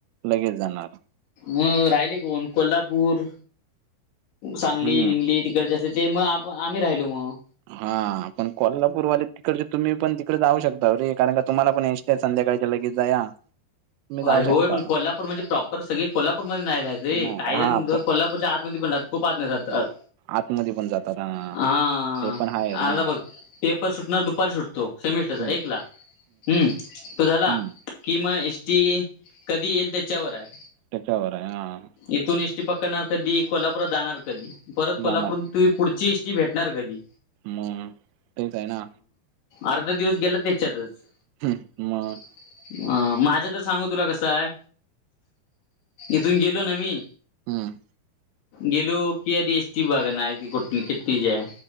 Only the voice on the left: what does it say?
मंग राहिले कोणं कोल्हापूर सांगली
रिंगली तिकडच्यां ते मगं आपणं आम्हीं राहिलो मंग
अरे होय
पण कोल्हापूर म्हणजे प्रॉपर सगळे कोल्हापूरमध्येध्ये नाही राहायच. रे
कायही जण
कोल्हापूरच्या आतमध्ये पण रहातात खूप आत म्यध्ये रहातात
हा.
अता बघ पेपर सुटणार दुपारी सुटतो सेमिस्टरचा
एक ला. हम्म तो झाला
कि मग एस टी कधी येईल? त्याच्यावर आहे.
इथून एस टी पकडणार कधी कोल्हापुरात जाणार कधी परत कोल्हापूरात
तु पुढची एटी भेटणार कधी
अर्धा दिवस गेला त्याच्यातच
अ.. माझ तर सांगू तुला कस आहे इथून गेलो ना मी
गेलो कि आधी एसटी बघणार ती कुठ कींती आहे.